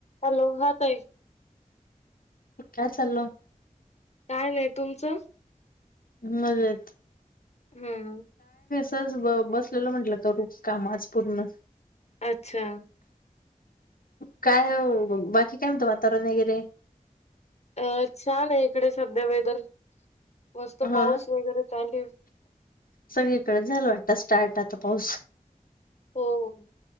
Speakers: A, on the left; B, on the left.
A: Hello हा ताई.
B: काय चालं?
A: काय नाही तुमचं.
B: मजेत.
A: हम्म.
B: त बसलेलं म्हंटलं करू काम आज पूर्ण.
A: अच्छा.
B: काय बाकी काय म्हणतं वातावरण वगैरे?
A: अ छान आहे इकडे सध्या वेदर मस्त
B: हा
A: पाऊस वगैरे चालू आहे
B: सगळीकडे झाल वाटत स्टार्ट आता पाऊस.
A: हो.